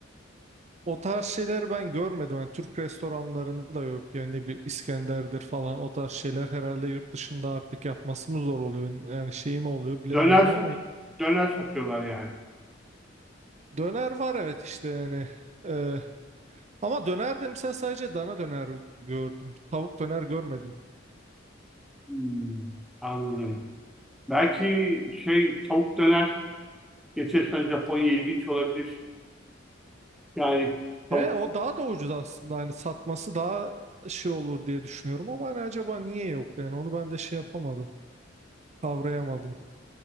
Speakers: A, on the right; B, in the centre.
A: O tarz şeyler ben görmedim. Yani Türk restoranlarında da yok. Yani ne bileyim İskender'dir falan o tarz şeyler herhalde yurt dışında artık yapması mı zor oluyor? Yani şey mi oluyor bilemiyorum
B: Döner, sat
A: ama
B: döner satıyorlar yani.
A: döner var evet işte yani. Ee, ama döner de mesela sadece dana döner gördüm. Tavuk döner görmedim.
B: Hmm, anladım. Belki şey tavuk döner geçersen Japonya ilginç olabilir. Yani tavuk.
A: E, o daha da ucuz aslında. Hani satması daha şey olur diye düşünüyorum ama hani acaba niye yok? Yani onu ben de şey yapamadım. Kavrayamadım.